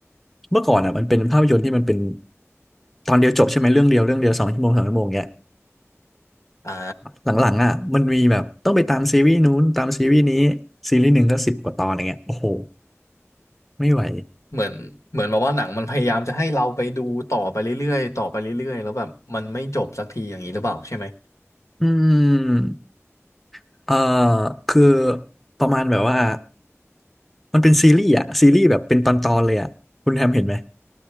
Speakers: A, in the centre; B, on the left (about 80°).
A: เมื่อก่อนอ่ะมันเป็นภาพยนตร์ที่มันเป็นตอนเดียวจบใช่ไหมเรื่องเดียวเรื่องเดียวสองชั่วโมงสามชั่วโมงเงี้ย
B: อ่า
A: หลังๆอ่ะมันมีแบบต้องไปตามซีรีส์นู้นตามซีรีส์นี้ซีรีส์หนึ่งก็สิบกว่าตอนอย่างเงี้ยโอ้โห ไม่ไหว
B: เหมือนเหมือนแบบว่าหนังมันพยายามจะให้เราไปดูต่อไปเรื่อยๆต่อไปเรื่อยๆแล้วแบบมันไม่จบสักทีอย่างนี้หรือเปล่าใช่ไหม
A: อืมเอ่อคือประมาณแบบว่ามันเป็นซีรีส์อะซีรีส์แบบเป็นตอนๆ เลยอะคุณแฮมเห็นไหม